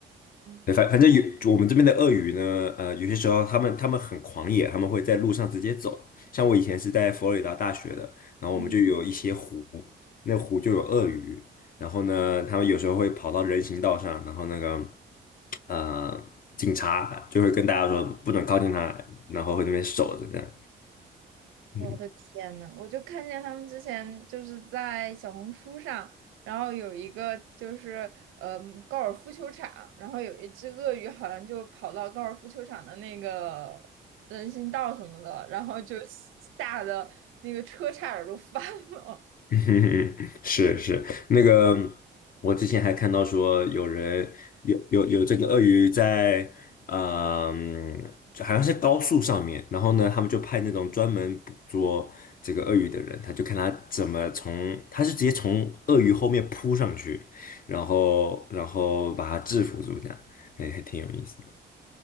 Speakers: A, on the right; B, on the left.
A: 嗯，
B: 对，反反正有我们这边的鳄鱼呢，呃，有些时候他们他们很狂野，他们会在路上直接走。像我以前是在佛罗里达大学的，然后我们就有一些湖，
A: 嗯，
B: 那湖就有鳄鱼，然后呢，他们有时候会跑到人行道上，然后那个呃警察就会跟大家说不准靠近它，然后会那边守着这样。嗯
A: 我的天呐，我就看见他们之前就是在小红书上，然后有一个就是呃高尔夫球场，然后有一只鳄鱼好像就跑到高尔夫球场的那个人行道什么的，然后就吓得那个车差点儿都翻了。<laughs>
B: <laughs> 嗯是是，那个我之前还看到说有人有有有这个鳄鱼在，嗯，就好像是高速上面，然后呢，他们就派那种专门捕捉这个鳄鱼的人，他就看他怎么从，他是直接从鳄鱼后面扑上去，然后然后把它制服住，这样，还还挺有意思的，